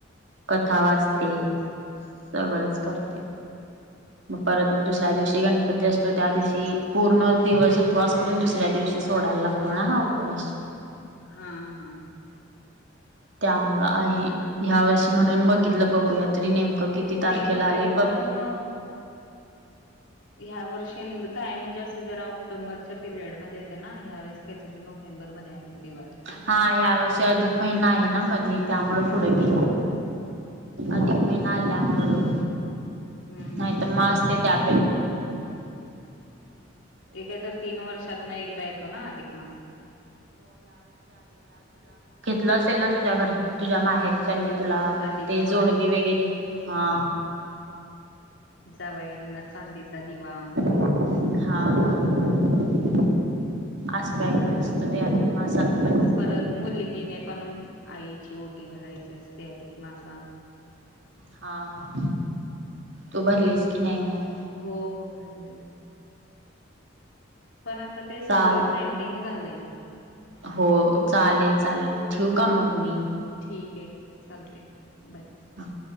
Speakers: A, on the right; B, on the left.
A: कथा वाचते
B: हम्म
A: सगळंच करते मग परत मग दुसऱ्या दिवशी गणपती असतो त्या दिवशी पूर्ण दिवस उपवास करून दुसऱ्या दिवशी सोडायला लागतो ना हा उपवास
B: हा हा
A: त्यामुळ आहे ह्या वर्षी म्हणून बघितलं बघूया तरी नेम किती तारखेला
B: दिवाळी
A: आले
B: पण
A: बघ
B: अ, ह्या वर्षी काय म्हणजे असं जरा ऑक्टोंबरच्या पिरियड मध्ये येते ना ह बावीस केरी नोव्हेबर मध्ये आली दिवाळी.
A: हा या वर्षी अधिक महिना आहे ना मध्ये त्यामु
B: हम्म
A: पुढं गे
B: नोव्हेंबर
A: अधिक मेनल्यामुळेळं
B: हम्म
A: नाही
B: हम्म.
A: तर म अस ते त्याप
B: ते तर तीन वर्षात ना एकदा येतो ना अधिक मास
A: लं असेल ना तुझ्या घर तुझ्या माहेरच्यानी
B: हो
A: तुला
B: अधिकवान
A: ते जोडवी वगैरे हा
B: जावयाना कांदेचा दिवा
A: हा हा हा असं काय काय असतं
B: अस
A: ते अधिक मासात पण
B: परत मुलगीने पण आईची ओटी भरायची असते अधिक मासात
A: हा हा तू भरलीस की नाही मग
B: हो हो भरले पण आता ते
A: चाल
B: सगळं ट्रेंडिंग झालंय
A: हो चालेल चालेल ठेव का मग मी
B: ठीक चालते बाय
A: हा